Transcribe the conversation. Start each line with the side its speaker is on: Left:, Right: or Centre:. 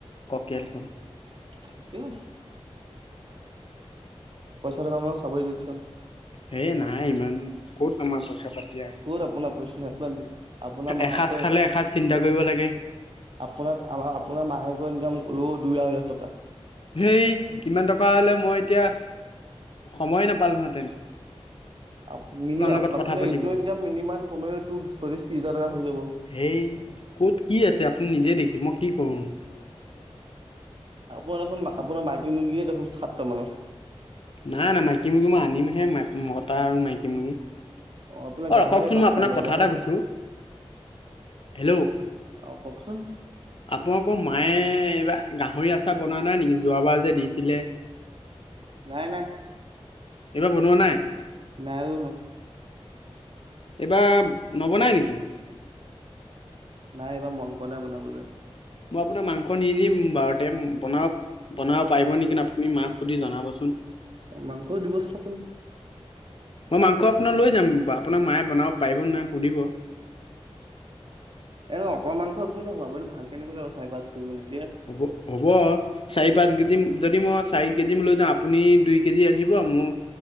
Left: টেলখন।
Right: ঠিকে আছে। পইচা থকা মানুহ চাবই দিয়কচোন।
Left: হে নাই ইমান ক'ত আমাৰ পইচা পাতিয়া।
Right: ক'ত আপোনাৰ পইচা নাই আপোনাৰ আপোনাৰ মাহেকৈ
Left: এসাঁজ খালে এসাঁজ চিন্তা কৰিব লাগে।
Right: আপোনাক আমাৰ আপোনাৰ মাহেকৰ ইনকাম কলো দুই আঢ়ৈ লাখ টকা।
Left: হেই ইমান টকা হ'লে মই এতিয়া সময়ে নাপালোহেঁতেন। <inaudible>
Right: আপ মিনি
Left: লগত
Right: আপোনাৰ
Left: কথা পাতিবলৈ।
Right: এইটো ইনকাম মিনিমাম কমেওটো চল্লিশ ত্ৰিছ হাজাৰ টকা হৈ যাব।
Left: সেই ক'ত কি আছে আপুনি নিজেই দেখিছে মই কি কৰোঁনো?
Right: আপোনাৰ দেখোন আপোনাৰ মাইকী মুৰ্গীয়ে দেখোন সাতটা মান আছে।
Left: নাই - নাই, মাইকী মুৰ্গী মই আনিমহে মতা আৰু মাইকী মুৰ্গী
Right: আপোনাৰ
Left: অ',
Right: গাহৰিয়ে
Left: ৰখকচোন
Right: পাঁচটামান
Left: মই আপোনাক
Right: পোৱালি
Left: কথা
Right: গাহৰি
Left: এটা কৈছোঁ হেল্ল'
Right: অ', কওকচোন
Left: আপোনালোকৰ মায়ে এইবাৰ গাহৰি আচাৰ বনোৱা নাই নেকি যোৱাবাৰ যে দিছিলে। <inaudible>
Right: নাই নাই
Left: এইবাৰ বনোৱা নাই
Right: নাই বনোৱা।
Left: এইবাৰ নবনাই নেকি?
Right: নাই এইবাৰ মন কৰা নাই বনাবলৈ।
Left: মই আপোনাক মাংস নিদিম বাৰতে বন বনাব পাৰিব নেকি আপুনি মাক সুধি জনাবচোন।
Right: অ' মাংসও দিবস্থপনি
Left: মই মাংস আপোনাৰ লৈ যাম বা আপোনাৰ মায়ে বনাও পাৰিব নে নাই সুধিব।
Right: এ অকল মাংস একো নহয় আপুনিলে নিবা চাৰি পাঁচ কেজি মেলি।
Left: হ'ব - হ'ব, চাৰি পাঁচ কেজি, যদি মই চাৰি কেজি লৈ আপুনি দুই কেজি আহিব মোৰ